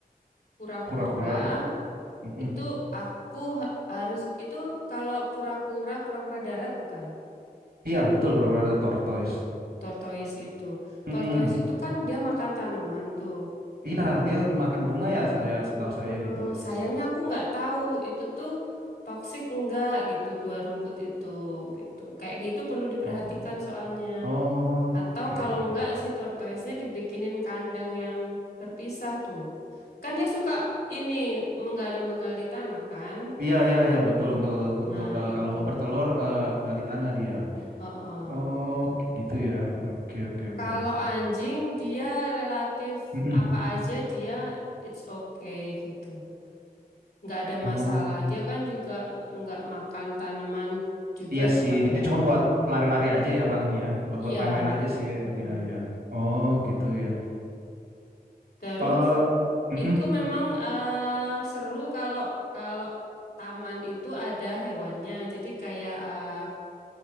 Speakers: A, on the left; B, on the right.
A: kura-kura,
B: Kura-kura. Mm-mm.
A: Itu aku ha- harus itu kalau kura-kura, kura-kura darat bukan?
B: Iya, betul kura-kura ada tortoise.
A: Tortoise itu.
B: Mm-mm.
A: Tortoise itu kan dia makan tanaman tuh.
B: Iya, dia makan bunga ya saya setahu
A: Heeh,
B: saya gitu.
A: sayangnya aku nggak tahu itu tuh toksik enggak gitu dua rumput itu gitu. Kayak gitu perlu diperhatikan
B: Oh.
A: soalnya.
B: Oh,
A: Atau
B: oke
A: kalau
B: oke.
A: enggak si tortoise-nya dibikinin kandang yang terpisah tuh. Kan dia suka ini menggali-menggali tanah kan?
B: Iya, iya, iya, betul untuk untuk untuk
A: Nah,
B: eh,
A: itu.
B: kalau mau bertelur eh, gali tanah dia.
A: Heeh.
B: Oh, gitu ya. Ya, Oke, oke, oke.
A: Kalau anjing dia relatif
B: Mm-mm.
A: apa aja dia it's okay gitu. Nggak ada
B: Oh.
A: masalah. Dia kan juga nggak makan tanaman juga
B: Iya
A: juga
B: sih, dia
A: enggak.
B: cuma buat lari-lari aja ya paling ya, buat
A: Iya.
B: buat main-main aja sih. Iya,
A: Heeh.
B: iya. iya. Oh, gitu ya.
A: Terus
B: Eh, mm-mm.
A: itu memang eh, seru kalau kalau taman itu ada hewannya. Jadi kayak eh,